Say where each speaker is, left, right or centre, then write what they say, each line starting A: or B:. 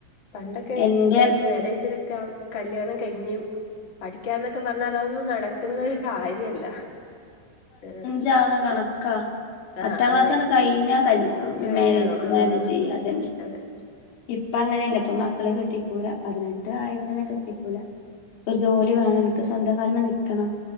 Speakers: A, on the left; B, on the left.
A: പണ്ടൊക്കെ
B: എന്റെ
A: ഏഹ് മാരേജിനൊക്കെ കല്യാണം കഴിഞ്ഞും പഠിക്കാ എന്നൊക്കെ പറഞ്ഞാൽ അതൊന്ന് നട ക്കുന്ന ഒരു കാര്യല്ല ഏഹ്
B: ചാണ കണ ക്ക പത്താം
A: ആഹ് അതെ
B: ക്ലാസാണ് കഴിഞ്ഞ കല്
A: കല്യാണം
B: മാരേജ്
A: ആഹ്
B: മാരേജ് ചെയ്യ അതന്നെ
A: അതെ
B: ഇ ഇപ്പ അങ്ങനെയല്ല ഇപ്പ മക്കളെ കെട്ടിക്കൂല പതിനെട്ട് ആയ തന്നെ കെട്ടിക്കൂല ഒരു ജോലി വേണം സ്വന്തം കാലിമ്മേ നിക്കണം